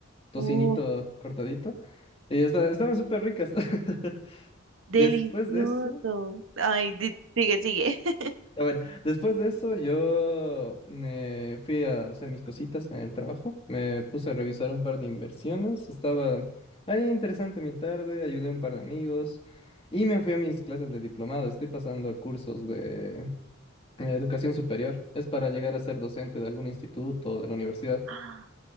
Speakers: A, on the left; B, on the right.
A: tocinito
B: Uf,
A: cortadito. Y esta- estaban súper ricas. <laughs>
B: delicioso.
A: Después de eso,
B: Ay, di- sigue, sigue. <laughs>
A: Pero Bueno, después de eso yo me fui a hacer mis cositas en el trabajo, me puse a revisar un par de inversiones, estaba ahí interesante mi tarde, ayudé a un par de amigos y me fui a mis clases de diplomado, estoy pasando cursos de eh, educación superior, es para llegar a ser docente de algún instituto o de la universidad.
B: Ah,